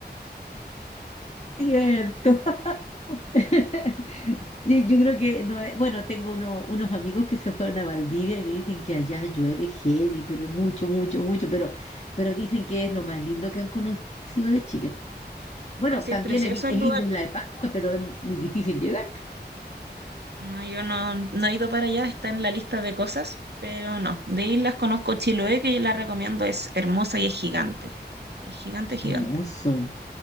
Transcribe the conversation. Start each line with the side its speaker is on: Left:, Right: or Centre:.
Left: Cierto. <laughs> Y Yo creo que no es- bueno, tengo uno- unos amigos que se fueron a Valdivia y me dicen que allá llueve heavy, pero mucho, mucho, mucho, pero, pero dicen que es lo más lindo que han conocido de Chile. Bueno,
Right: ¿no? Sí,
Left: también
Right: es precioso
Left: es, es
Right: el lugar.
Left: linda Isla de Pascua, pero es muy difícil llegar.
Right: No, yo no, no he ido para allá, está en la lista de cosas, pero no. De islas conozco Chiloé, que yo la recomiendo, es hermosa y es gigante. Es gigante,
Left: Hermoso.
Right: gigante.